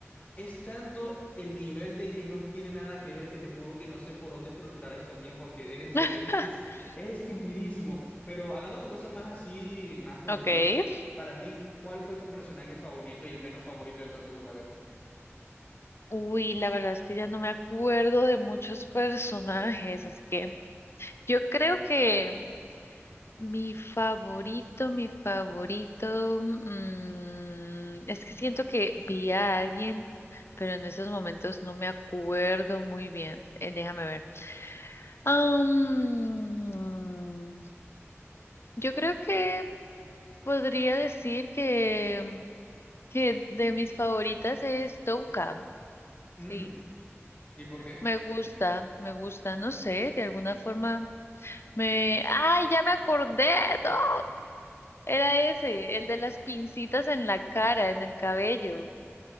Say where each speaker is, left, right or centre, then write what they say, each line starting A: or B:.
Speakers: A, on the left; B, on the left.
A: es tanto el nivel de que no tiene nada que ver que te juro que no sé por dónde estructurar esto bien, porque en serio,
B: <laughs>
A: es, es, es estupidísimo. Pero hablando de cosas más así, más comunes,
B: Okay.
A: para ti, ¿cuál fue tu personaje favorito y el menos favorito de Tokyo Ghoul? A ver.
B: Uy, la verdad es que ya no me acuerdo de muchos personajes, así que yo creo que Mi favorito, mi favorito, mm, es que siento que vi a alguien, pero en estos momentos no me acuerdo muy bien. Eh, déjame ver. Am, yo creo que podría decir que, que de mis favoritas es Touka.
A: Mm,
B: Sí,
A: ¿y por qué?
B: me gusta, me gusta, no sé, de alguna forma me... ¡Ay, ya me acordé! ¡No! Era ese, el de las pincitas en la cara, en el cabello.